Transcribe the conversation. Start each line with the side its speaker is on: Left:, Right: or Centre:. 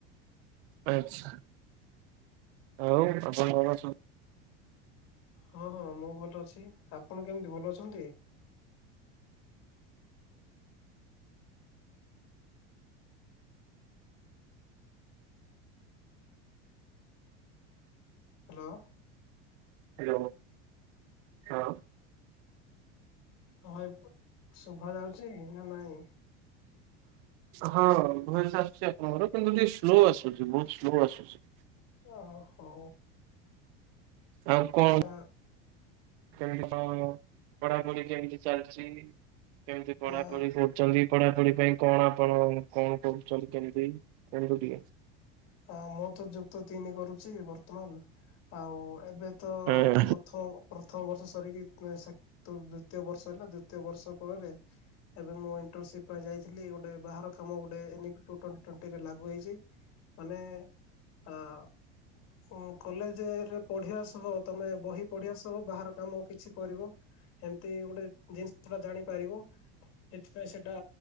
Right: ଆଚଛା ଆଉ ଆପଣ?
Left: ହଁ ହଁ ମୁଁ ଭଲ ଅଛି। ଆପଣ କେମିତି? ଭଲ ଅଛନ୍ତି। ହ୍ୟାଲୋ।
Right: ହ୍ୟାଲୋ ହଁ।
Left: ହଁ ଭାଇ ଶୁଭା ଯାଉଛି, ନା ନାହିଁ?
Right: ହଁ ଭୟସ ଆସୁଛି ଆପଣଙ୍କର, କିନ୍ତୁ ଟିକେ ସ୍ଲୋ ଆସୁଛି, ବହୁତ ସ୍ଲୋ ଆସୁଛି।
Left: ଓହୋ।
Right: ଆଉ କଣ
Left: ଆ
Right: କେମିତି କଣ ପଢାପଢି କେମିତି ଚାଲିଛି। କେମିତି ପଢାପଢି
Left: ଆ
Right: କରୁଛନ୍ତି? ପଢାପଢି ପାଇଁ କଣ ଆପଣ କଣ କରୁଛନ୍ତି? କେମିତି କିନ୍ତୁ ଟିକେ
Left: ହଁ ମୁଁ ତ ଯୁକ୍ତ ତିନି କରୁଛି ବର୍ତ୍ତମାନ। ଆଉ ଏବେ ପ୍ରଥମ
Right: ଟିକେ।
Left: ପ୍ରଥମ ବର୍ଷ ସରିକି, ଦ୍ଵିତୀୟ ବର୍ଷ ହେଲା। ଦ୍ଵିତୀୟ ବର୍ଷ ପରେ ଏବେ ମୁଁ ଇଣ୍ଟର୍ନସିପ ପାଇଁ ଯାଇଥିଲି, ଗୋଟେ ବାହାର କାମ ଗୋଟେ, ଏନଭିି ଟୁ ଟ୍ୱେଣ୍ଟି ଟ୍ୱେଣ୍ଟିରେ ଲାଗୁ ହୋଇଛି। ମାନେ ଆଁ ଓ କଲେଜରେ ପଢ଼ିବା ସହ, ତମେ ବହି ପଢ଼ିବା ସହ, ବାହାର କାମ କିଛି କରିବ। ଏମିତି ଗୋଟେ ଜିନିଷଟା ଜାଣିପାରିବୁ। ସେଥିପାଇଁ ସେଟା